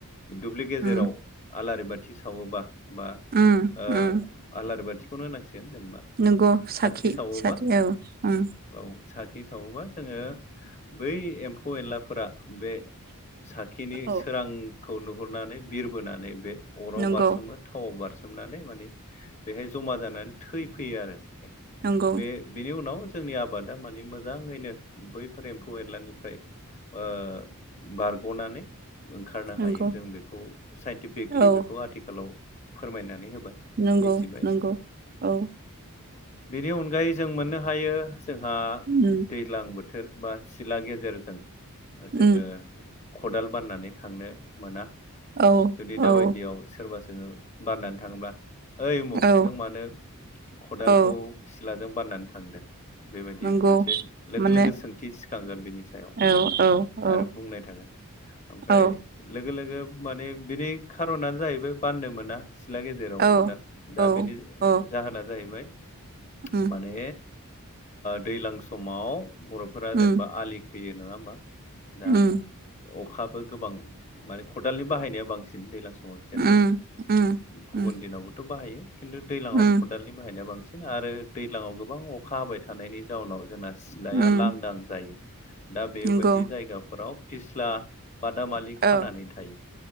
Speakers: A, on the left; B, on the right.
A: दुब्लि गेजेराव
B: उम
A: आलारि बाथि सावोबा बा
B: उम
A: ओ
B: उम
A: आलारि बाथिखौनो होनांसिगोन जेनेबा
B: नंगौ
A: साथि
B: साखि
A: सावोबा
B: सा औ उम।
A: औ साखि सावोबा जोङो बै एम्फौ एम्फौ एनलाफोरा बे साखिनि
B: औ
A: सोरां खौ नुहुरनानै बिरबोनानै बे अराव
B: नंगौ
A: बारसोमो थावाव बारसोमनानै माने बेहाय जमा जानानै थै फैयो आरो
B: नंगौ
A: बे बिनि उनाव जोंनि आबादा मानिे मोजाङैनो बैफोर एम्फौ एरलानानि फ्राय ओ बारग'नानै ओंखारनो
B: नंगौ
A: हायो जों बेखौ साइन्टिफिकलि
B: औ
A: बेखौ आथिखालाव फोरमायनानै होबाय।
B: नंगौ
A: मिथिबाय
B: नंगौ औ।
A: बेनि अनगायै जों मोननो हायो जोंहा
B: उम
A: दैज्लां बोथोर बा सिला गेजेरजों जोङो
B: उम
A: खदाल बाननानै थांनो मोना
B: औ
A: जुदि
B: औ
A: दााबायदियाव सोरबा सोङो बाननानै थाङोब्ला ओइ उमुग
B: औ
A: नों मानो खदालखौ
B: औ
A: सिलाजों बाननानै थांदों बेबायदि
B: नंगौ
A: मोनसे मोनसे लोगो
B: माने
A: लोगो सोंथि सिखांगोन बिनि सायाव।
B: औ औ औ
A: आरो बुंनाय थागोन ओमफ्राय
B: औ
A: लोगो लोगो माने बिनि खार'नानो जाहैबाय बान्नो मोना। सिथ्ला गेजेराव
B: औ
A: खदाल दा
B: औ
A: बेनि
B: अ
A: जाहोना जाहैबाय
B: उम
A: माने दैज्लां समाव बर'फोरा
B: उम
A: जेनेबा आलि खैयो नङा होमबा? दा
B: उम
A: अखाबो गोबां माने खदालनि बाहायनाया बांसिन दैज्लां सम मोन
B: उम उम
A: गुबुन
B: उम
A: दिनावबोथ' बाहायो खिन्थु दैलांङाव
B: उम
A: खदालनि बाहायनाया बांसिन बिांसिनो आरो दैज्लाङाव गोबां अखा हाबाय थानायनि जाउनाव जोंना सिलाया
B: उम
A: लांदां जायो। दा बेबायदि
B: नंगौ
A: जायगाफोराव फिस्ला बादामालि
B: औ
A: खानानै थायो